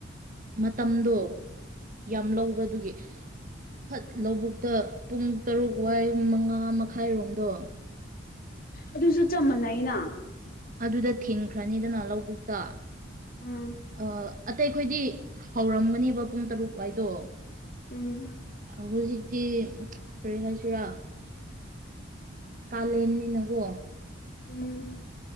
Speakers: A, on the right; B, on the left.
A: ꯃꯇꯝꯗꯣ ꯌꯥꯝ ꯂꯧꯕ ꯑꯗꯨꯒꯤ ꯐꯠ ꯂꯧꯕꯨꯛꯇ ꯄꯨꯡ ꯇꯔꯨꯛ ꯋꯥꯏ ꯃꯉꯥ ꯃꯈꯥꯏꯔꯣꯝꯗꯣ
B: ꯑꯗꯨꯁꯨ ꯆꯝ ꯃꯅ ꯑꯩꯅ
A: ꯑꯗꯨꯗ ꯊꯤꯟꯈ꯭ꯔꯅꯤꯗꯅ ꯂꯧꯕꯨꯛꯇ
B: ꯎꯝ
A: ꯑ ꯑꯇꯩ ꯑꯩꯈꯣꯏꯗꯤ ꯍꯧꯔꯝꯒꯅꯤꯕ ꯄꯨꯡ ꯇꯔꯨꯛ ꯋꯥꯏꯗꯣ
B: ꯎꯝ
A: ꯍꯧꯖꯤꯛꯇꯤ ꯀꯔꯤ ꯍꯥꯏꯁꯤꯔꯥ ꯀꯥꯂꯦꯟꯅꯤꯅꯀꯣ
B: ꯎꯝ